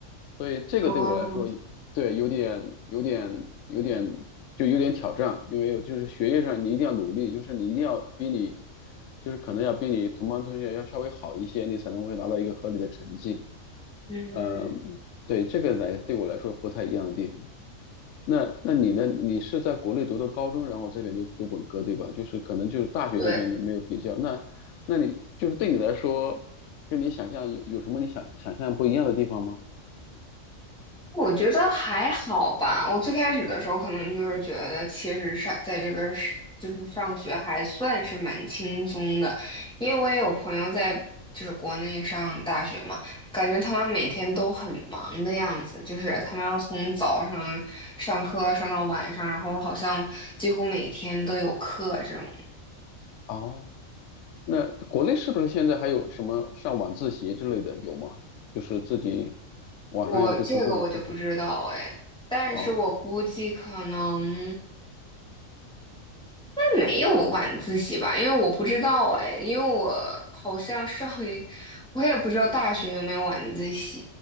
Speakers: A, on the left; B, in the centre.
A: 所以这个对我来说有，
B: 哦，
A: 对，有点有点有点就有点挑战，因为就是学业上你一定要努力，就是你一定要比你就是可能要比你同班同学要稍微好一些，你才能会拿到一个合理的成绩。
B: 嗯，
A: 嗯，对，这个来对我来说不太一样的地方。那那你呢？你是在国内读的高中，然后这边读读本科，对吧？就是可能就是大学这边你没有比较，
B: 对。
A: 那那你就是对你来说，跟你想象有有什么你想想象不一样的地方吗？
B: 我觉得还好吧。我最开始的时候可能就是觉得，其实上在这边儿是就是上学还算是蛮轻松的，因为我也有朋友在就是国内上大学嘛，感觉他们每天都很忙的样子，就是他们要从早上上课上到晚上，然后好像几乎每天都有课这种。
A: 哦。那国内是不是现在还有什么上晚自习之类的，有吗？就是自己晚上要去图书馆看书。
B: 我这个我就不知道哎，但是我估计可能。
A: 哦
B: 应该没有晚自习吧？因为我不知道哎，因为我好像上一，我也不知道大学有没有晚自习，